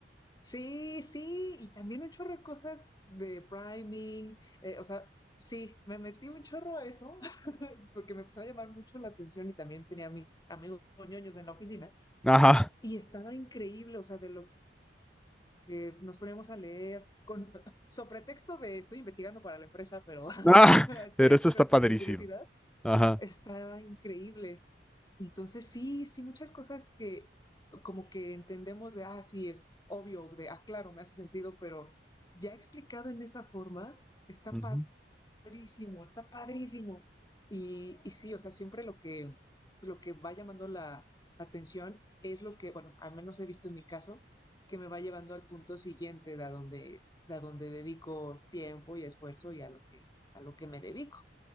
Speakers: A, on the left (about 20°); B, in the centre.
A: Sí, sí, y también un chorro de cosas de priming, eh, o sea, sí, me metí un chorro a eso <laughs> porque me empezó a llamar mucho la atención y también tenía a mis amigos ñoños en la oficina
B: Ajá.
A: y estaba increíble, o sea, de lo que nos poníamos a leer con <laughs> sobre texto de estoy investigando para la empresa, pero <laughs>
B: Ah, <laughs>
A: estoy
B: pero
A: aquí
B: eso está
A: rascando
B: padrísimo.
A: mi curiosidad,
B: Ajá.
A: estaba increíble. Entonces, sí, sí, muchas cosas que como que entendemos de, ah, sí, es obvio, de, ah, claro, me hace sentido, pero ya explicado en esa forma, está
B: ujú,
A: padrísimo, está padrísimo. Y, y sí, o sea, siempre lo que, lo que va llamando la atención es lo que, bueno, al menos he visto en mi caso, que me va llevando al punto siguiente de a donde, de a donde dedico tiempo y esfuerzo y a lo que, a lo que me dedico.